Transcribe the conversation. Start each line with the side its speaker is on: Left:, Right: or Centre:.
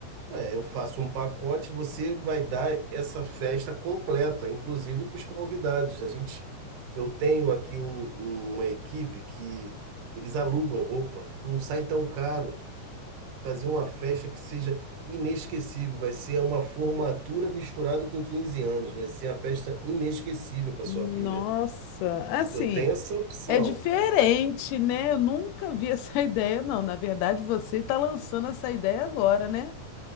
Right: Ué, eu faço um pacote, você vai dar essa festa completa, inclusive para os convidados. A gente, eu tenho aqui um- um- uma equipe que eles alugam roupa, não sai tão caro. Fazer uma festa que seja inesquecível, vai ser uma formatura misturado com 15 anos, vai ser uma festa inesquecível para
Left: Nossa,
Right: sua filha.
Left: assim,
Right: Eu tenho essa opção.
Left: é diferente, né? Eu nunca vi essa <laughs> ideia, não. Na verdade, você está lançando essa ideia agora, né?